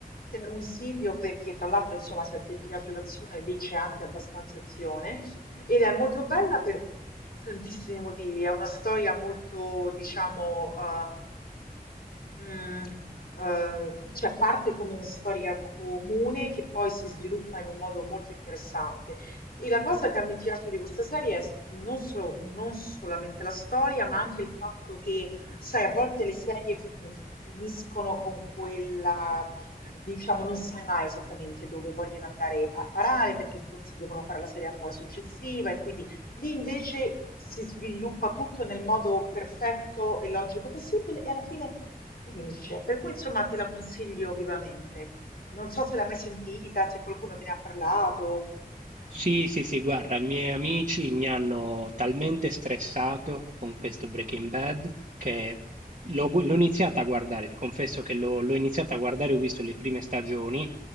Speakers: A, on the left; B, on the right.
A: Te la consiglio perché, tra l'altro, insomma, se a te piace l'azione, lì c'è anche abbastanza azione. Ed è molto bella per tantissimi motivi. È una storia molto, diciamo, ehm, mm, eh, cioè parte come una storia comune che poi si sviluppa in un modo molto interessante. E la cosa che a me piace di questa serie è non, solo- non solamente la storia, ma anche il fatto che, sai, a volte le serie fini- finiscono con quella, diciamo, non sai mai esattamente dove vogliono andare a parare, perché forse devono fare la serie ancora successiva, e quindi lì invece si sviluppa tutto nel modo perfetto e logico possibile, e alla fine finisce. Per cui, insomma, te la consiglio vivamente. Non so se l'hai mai sentita, se qualcuno te ne ha parlato.
B: Sì, sì, sì, guarda, i miei amici mi hanno talmente stressato con questo Breaking Bad che l'ho gu- l'ho iniziata a guardare, confesso che l'ho l'ho iniziata a guardare, ho visto le prime stagioni